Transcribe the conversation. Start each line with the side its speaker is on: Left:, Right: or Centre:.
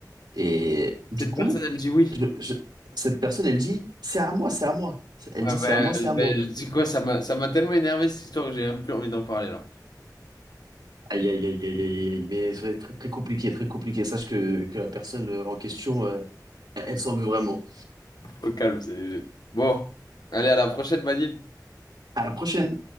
Right: Et du
Left: Cette
Right: coup,
Left: personne, elle dit oui.
Right: je- je- cette personne, elle dit c'est à moi, c'est à moi. Elle
Left: Ouais,
Right: dit
Left: bah,
Right: c'est à moi, c'est à
Left: ben
Right: moi.
Left: je dis quoi, ça m'a ça m'a tellement énervé cette histoire que j'ai même plus envie d'en parler là.
Right: Aïe, aïe, aïe, aïe, aïe, aïe, mais c'est très, très compliqué, très compliqué. Sache que, que la personne euh, en question, euh, elle s'en veut vraiment.
Left: Au calme, c'est léger. Bon, allez, à la prochaine, Manil.
Right: À la prochaine.